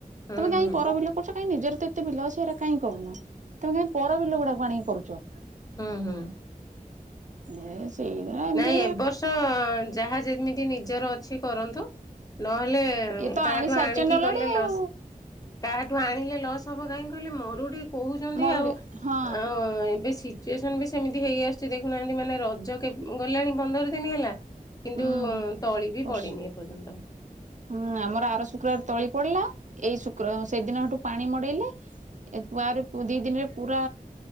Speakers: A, on the left (about 25°); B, on the right (about 55°).
A: ହୁଁ
B: ତମେ କାଇଁ
A: ହୁଁ ହୁଁ
B: ପର ବିଲ କରୁଛ କାଇଁ ନିଜର ତ ଏତ ଏତେ ବିଲ ଅଛି ହେରା କାଇଁ କରୁନ, ତମେ କାଇଁ ପର ବିଲ ଗୁଡାକୁ ଆଣିକି କରୁଛ?
A: ହୁଁ ହୁଁ।
B: ଏ ସେଇ ଏମିତି
A: ନାଇଁ ଏବର୍ଷ ଯାହା ଯେମିତି ନିଜର ଅଛି କରନ୍ତୁ, ନହେଲେ
B: ଇଏ
A: ହୁଁ
B: ତ
A: କାହାଠୁ
B: ଆଣି ସାରିଛନ୍ତି
A: ଆଣିକି
B: ଅଲରେଡି
A: କଲେ
B: ଆଉ।
A: ଲସ୍ କାହାଠୁ ଆଣିଲେ ଲସ୍ ହବ କାହିଁକି କହିଲେ ମରୁଡି କହୁଛନ୍ତି
B: ମରୁଡି
A: ଆଉ
B: ହଁ
A: ଅ ଏବେ ଶିତ ଚୁଏସନ ବି ସେମିତି ହେଇ ଆସୁଛି ଦେଖୁନାହାନ୍ତି ମାନେ ରଜ କେବ ଗଲାଣି ପନ୍ଦର ଦିନି ହେଲା କିନ୍ତୁ
B: ହୁଁ
A: ତଳି ବି
B: ବର୍ଷ
A: ପଡିନି ଏପର୍ଯ୍ୟନ୍ତ।
B: ହୁଁ ଆମର ଆର ଶୁକ୍ରବାର ତଳି ପଡିଲା ଏଇ ଶୁକ୍ର ସେଦିନଠୁ ପାଣି ମଡେଇଲେ ଏକୁ ଆଉରି ପୁ ଦି ଦିନରେ ପୁରା